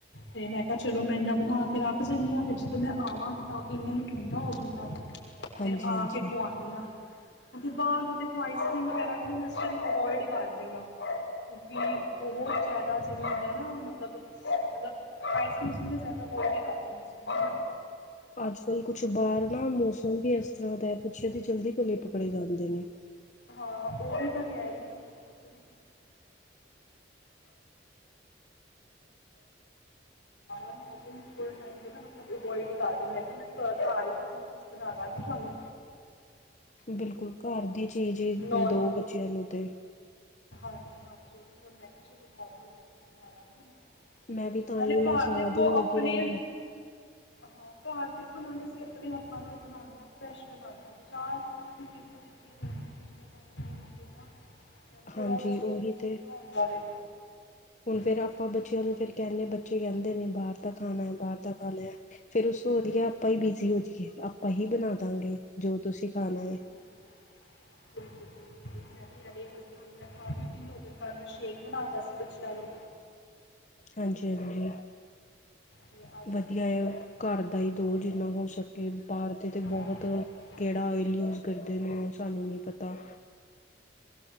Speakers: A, on the left (about 75°); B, on the left (about 40°).
A: ਤੇ ਮੈਂ ਕਿਹਾ ਚਲੋ ਮੈਂ ਇਨਾ ਬਣਾ ਕੇ ਰੱਖ ਜਾਂਦੀ ਹਾਂ ਫਿਰ ਜਦੋਂ ਮੈਂ ਆਵਾਂਗੀ ਤਾਂ ਇੰਨਨੂੰ ਠੰਡਾ ਹੋ ਜੂਗਾ।
B: ਹਾਂਜੀ
A: ਫਿਰ ਆ
B: ਹਾਂਜੀ
A: ਕੇ ਖੁਆਣੀ ਹਾਂ, ਕਿਉਂਕਿ ਬਾਹਰ ਤੋਂ ਤੇ ਖਈ ਵਗੈਰਾ ਵੀ ਮੈਂ ਅਵੋਇਡ ਕਰ ਰਹੀ ਹਾਂ, ਕਿਉਂਕਿ ਬਹੁਤ ਜਿਆਦਾ ਜਿਵੇਂ ਹੁੰਦਾ ਮਤਲਬ ਮਤਲਬ <unintelligible> ਜ਼ਿਆਦਾ ਅਵੋਇਡ ਹੀ ਕਰ ਰਹੀ ਆ।
B: ਅੱਜ ਕੱਲ੍ਹ ਕੁਛ ਬਾਹਰ ਨਾ ਮੌਸਮ ਵੀ ਇਸ ਤਰ੍ਹਾਂ ਦਾ ਹੈ ਪਿੱਛੇ ਦੀ ਜਲਦੀ ਕਲੇ ਪਕੜੇ ਜਾਂਦੇ ਨੇ।
A: ਹਾਂ, ਉਹ ਵੀ ਤਾਂ ਕਹਿ ਰਹੀ ਹਾਂ। <unintelligible> ਦੁਬਾਰਾ ਨਾ ਹੋ ਜੇ ਮੈਂ ਥੋਡੇ ਟਾਈਮ ਲਈ ਨਾ ਅਵੋਇਡ ਹੀ ਕਰ ਰਹੀ ਮੈਂ ਕਿਹਾ ਕੁੱਛ ਬਣਾ ਦਾ ਗੁ ਤੁਹਾਨੂੰ,
B: ਬਿਲਕੁਲ ਘਰ ਦੀ ਚੀਜ਼ ਹੀ
A: ਨੋਰਮ
B: ਦੋ ਬੱਚਿਆਂ ਨੂੰ ਤੇ,
A: ਹਾਂਜੀ-ਹਾਂਜੀ, ਮੈਂ ਕਿਹਾ ਚਲੋ ਨੋਰਮਲ ਕੁਛ ਬਣਾ ਲਵਾਂਗੀ ਮ
B: ਮੈਂ ਵੀ ਤਾਂ
A: ਨਾਲੇ
B: ਹੀ
A: ਘਰ
B: ਮੈਂ ਸਾਰਾ
A: ਦੇਖੋ
B: ਦਿਨ
A: ਆਪਣੇ,
B: ਲੱਗੀ ਰਹਿੰਦੀ
A: ਹਾਂ, ਘਰ ਦੇਖੋ ਨਾਲੇ ਅਸੀਂ ਆਪਣੇ ਹੱਥਾਂ ਨਾਲ ਬਣਾਉਂਦੇ ਆਂ ਫਰੈਸ਼ ਬਣਾਉਂਦੇ ਆ। ਬਾਜ਼ਾਰ ਚ ਪਤਾ ਨੀ ਕਿਹੋ ਜਿਹੀ ਚੀਜ਼ ਹੈ। ਕਿੰਨੇ ਟਾਈਮ ਦੀ ਹੁੰਦੀ ਨਾ ਮੈਨੂੰ ਥੋੜਾ
B: ਹਾਂਜੀ
A: ਉਸ ਚੀਜ਼
B: ਉਹੀ
A: ਪਿੱਛੇ
B: ਤੇ
A: ਵੀ ਹੁੰਦਾ ਵੇ।
B: ਹੁਣ ਫੇਰ
A: ਹਾਂਜੀ
B: ਆਪਾਂ ਬੱਚਿਆਂ ਨੂੰ
A: ਹਾਂਜੀ
B: ਫਿਰ ਕਹਿੰਦੇ ਬੱਚੇ ਕਹਿੰਦੇ ਨੇ ਬਾਹਰ ਦਾ ਖਾਣਾ ਹੈ ਬਾਹਰ ਦਾ ਖਾਣਾ ਹੈ। ਫੇਰ ਉਸ ਤੋਂ ਵਧੀਆ
A: ਹਾਂ
B: ਆਪਾਂ ਹੀ ਬਿਜੀ ਹੋ ਜਾਈਏ ਆਪਾਂ ਹੀ ਬਣਾ ਦਵਾਂਗੇ ਜੋ ਤੁਸੀਂ ਖਾਣਾ ਹੈ।
A: <unintelligible> ਐਵੇ ਕਰ ਹੁਣ ਮੈਂ ਕਾਫੀ ਦਿਨ ਹੋ ਗੲੇ ਕੱਲ੍ਹ ਮੈਂ ਸ਼ੇਕ ਬਣਾ ਤਾ ਸੀ ਬੱਚਿਆਂ ਨੂੰ,
B: ਹਾਂਜੀ ਹਾਂਜੀ
A: ਤੇ ਅੱਜ ਮੈਂ
B: ਵਧੀਆ
A: ਕਿਹਾ ਚਲੋ
B: ਹੈ
A: ਕਰਨਾ
B: ਘਰ ਦਾ ਹੀ ਦੋ ਜਿੰਨਾ ਹੋ ਸਕੇ ਬਾਹਰ ਤੇ ਤੇ
A: ਹਾਂਜੀ
B: ਬਹੁਤ,
A: ਹਾਂਜੀ
B: ਕਿਹੜਾ ਓਇਲ ਯੂਜ ਕਰਦੇ ਨੇ ਉਹ ਸਾਨੂੰ ਨੀ ਪਤਾ,